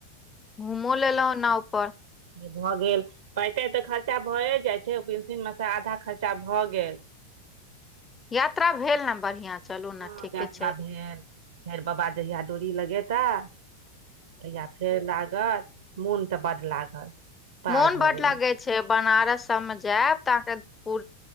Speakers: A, on the left; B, on the right.
A: घूमो लेलहु नाव पर,
B: भऽ गेल। पैइ ताइ तऽ खर्चा भए जाइ छै पेंशनमे से आधा खर्चा भऽ गेल।
A: यात्रा भेल ने बढ़ियां चलू ने
B: हँ
A: ठीके
B: यात्रा
A: छै।
B: भेल फेर बाबा दहिया डोरी लगेता तहिया फेर ल, मोन तऽ बड्ड लागल, पार
A: मोन
B: भऽ
A: बड
B: गेलहुँ
A: लगै छै बनारस सबमे जायब तऽ अहके पू,